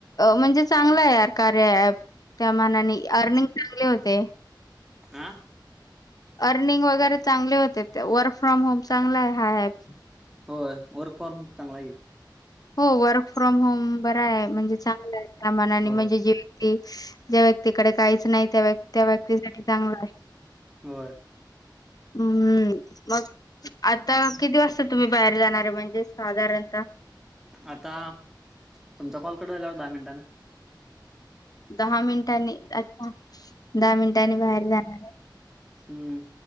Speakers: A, on the left (about 50°); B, in the centre.
A: म्हणजे चांगलं आहे कार्या ॲप त्या मानाने अर्निंग चांगले होते
B: आ
A: अर्निंग वगैरे चांगले होते ते वर्क फ्रॉम होम चांगला आहे हा ॲप
B: होय वर्क फॉर्म चांगला आहे
A: हो वर्क फ्रॉम होम बरा आहे म्हणजे चांगला आहे त्या मानाने
B: होय
A: म्हणजे जेके ज्या व्यक्तीकडे काहीच नाही त्या व्यक्तीसाठी चांगलं आहे
B: होय
A: हम्म मग आता किती वाजता तुम्ही बाहेर जाणार आहे म्हणजे साधारण
B: आता तुमचा कॉल कट झाल्यावर दहा मिनिटांनी.
A: दहा मिनिटांनी? अच्छा, दहा मिनिटांनी बाहेर जाणार आहे.
B: हम्म.